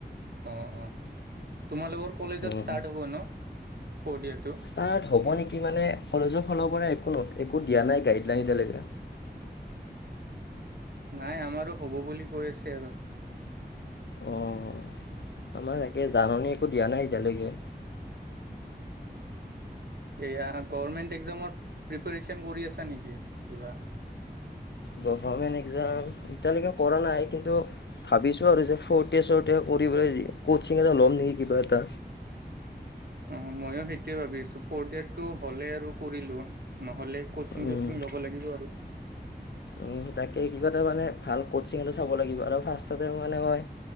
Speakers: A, on the right; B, on the left.
A: অঁ অঁ তোমালোকৰ কলেজত
B: উম,
A: ষ্টাৰ্ট হ'ব ন ফ'ৰ্থ ইয়েৰটো
B: ষ্টাৰ্ট হ'ব নেকি মানে কলেজৰ ফালৰ পৰা একো নটি--একো দিয়া নাই গাইডলাইন এতিয়ালেকে
A: নাই আমাৰো হ'ব বুলি কৈছে আৰু
B: অঁ আমাৰ তাকে জাননী একো দিয়া নাই এতিয়ালেকে
A: এয়া গভাৰ্মেণ্ট এক্জামৰ প্ৰিপৰেচন কৰি আছা নিকি কিবা
B: গভাৰ্মেন্ট এক্জাম এতিয়ালেকে কৰা নাই কিন্তু ভাবিছো আৰু যে ফৰতে চৰতে দি পেলাই ই কচিং এটা ল'ম নিকি কিবা এটা
A: অঁ ময়ো সেইটোৱে ভাবি আছো ফ'ৰ ডেতটো হ'লে আৰু কৰি লম ন নহ'লে ক'চিং
B: উম,
A: চ'চিং ল'ব লাগিব আৰু
B: উম তাকে কিবা এটা মানে ভাল কচিং এটো চাব লাগিব আৰু ফাৰ্ষ্টতে মানে মই